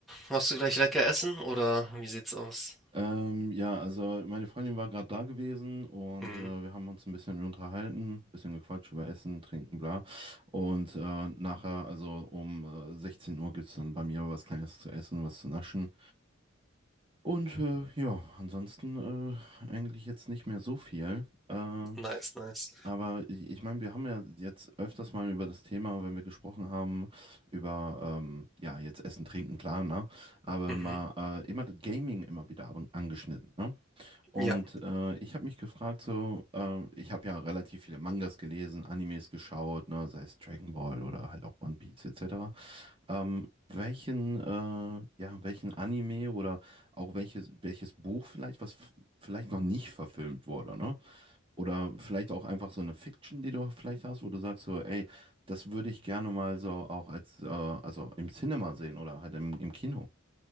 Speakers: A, in the centre; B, on the right.
A: machst du gleich lecker essen oder wie sieht's aus?
B: Ähm, ja, also meine Freundin war gerade da gewesen und
A: Mhm,
B: äh, wir haben uns ein bisschen unterhalten, bisschen gequatscht über Essen, Trinken, bla. Und äh, nachher, also um äh, 16 Uhr gibt's dann bei mir was Kleines zu essen, was zu naschen. Und äh, ja, ansonsten äh, eigentlich jetzt nicht mehr so viel. Ähm,
A: nice, nice.
B: Aber ich, ich meine, wir haben ja jetzt öfters mal über das Thema, wenn wir gesprochen haben, über, ähm, ja, jetzt Essen, Trinken, klar, ne? Aber
A: Mhm,
B: mal äh, immer das Gaming immer wieder an- angeschnitten, ne? Und
A: ja,
B: äh, ich habe mich gefragt, so, äh, ich habe ja relativ viele Mangas gelesen, Animes geschaut, ne? Sei es Dragon Ball oder halt auch One Piece etc. Ähm, welchen, äh, ja, welchen Anime oder auch welches, welches Buch vielleicht, was f- vielleicht noch nicht verfilmt wurde, ne? Oder vielleicht auch einfach so eine Fiction, die du vielleicht hast, wo du sagst so, ey, das würde ich gerne mal so auch als, äh, also im Cinema sehen oder halt im, im Kino.